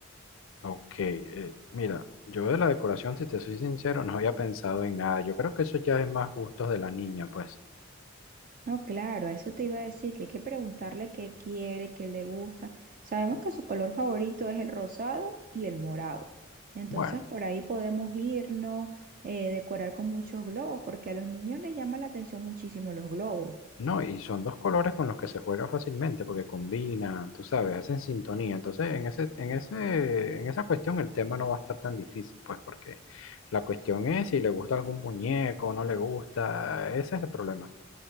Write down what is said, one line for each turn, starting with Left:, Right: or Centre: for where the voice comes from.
Left: Ok, eh, mira, yo de la decoración, si te soy sincero, no había pensado en nada. Yo creo que eso ya es más gustos de la niña, pues.
Right: No, claro, a eso te iba a decir, que hay que preguntarle qué quiere, qué le gusta. Sabemos que su color favorito es el rosado y el morado. Entonces
Left: Bueno,
Right: por ahí podemos irnos, eh, decorar con muchos globos, porque a los niños les llama la atención muchísimo los globos.
Left: no, y son dos colores con los que se juega fácilmente porque combinan, tú sabes, hacen sintonía. Entonces, en ese, en ese, en esa cuestión el tema no va a estar tan difícil, pues, porque la cuestión es si le gusta algún muñeco, no le gusta, ese es el problema.